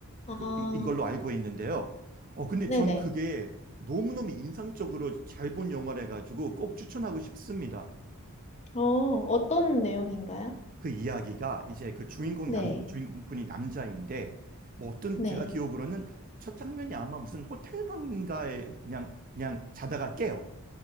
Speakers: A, on the left; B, on the right.
A: 아,
B: 그, 인, 인 걸로 알고 있는데요. 어, 근데
A: 네네.
B: 전 그게 너무너무 인상적으로 잘 본 영화라 가지고 꼭 추천하고 싶습니다.
A: 어, 어떤 내용인가요?
B: 그 이야기가 이제 그 주인공
A: 네,
B: 남, 주인공분이 남자인데, 뭐 어떤
A: 네.
B: 제가 기억으로는 첫 장면이 아마 무슨 호텔 방인가에 그냥, 그냥 자다가 깨요.